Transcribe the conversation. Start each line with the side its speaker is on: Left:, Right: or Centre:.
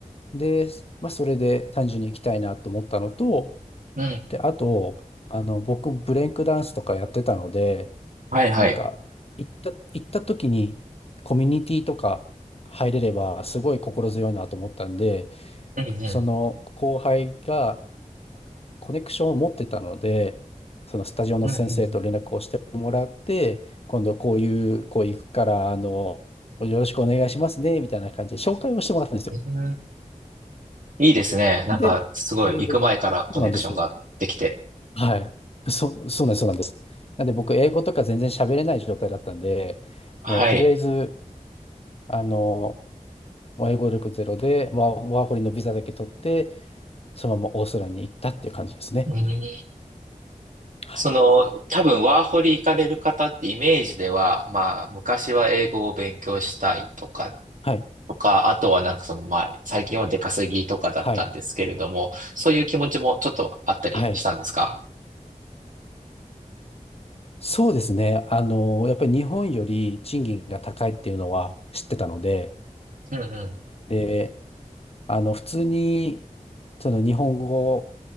Left: で、まあ、それで単純に行きたいなと思ったのと、
Right: うん。
Left: で、あと、あの、僕、ブレイクダンスとかやってたので、
Right: はいはい。
Left: なんか、行った、行った時に、コミュニティとか入れれば、すごい心強いなと思ったんで、
Right: うんうん。
Left: その後輩がコネクションを持ってたので、そのスタジオの先生と連絡をしてもらって、
Right: うんう
Left: 今度こういう、こう行くから、あの、よろしくお願いしますね、みたいな感じで紹介をしてもらったんですよ。
Right: ん。うんいいですね。なんか、
Left: で、
Right: すごい、
Left: それで僕、
Right: 行く前からコネクションができて。
Left: そうなんですよ。はい。そ、そうなんです、そうなんです。なんで僕、英語とか全然喋れない状態だったんで、
Right: はい。
Left: もうとりあえず、あの、もう英語力ゼロで、ワー、ワーホリのビザだけ取って、そのままオーストラリアに行ったっていう感じですね。
Right: うん。
Left: はい。
Right: その、多分ワーホリ行かれる方ってイメージでは、まあ、昔は英語を勉強したいとか、
Left: はい。
Right: とか、あとはなんかその、まあ、最近は出稼ぎとかだったんですけれども、
Left: はい。
Right: そういう気持ちもちょっとあったりしたんですか
Left: はい。そうですね。あの、やっぱり日本より賃金が高いっていうのは知ってたので、
Right: うんうん。
Left: で、あの、普通に、その日本語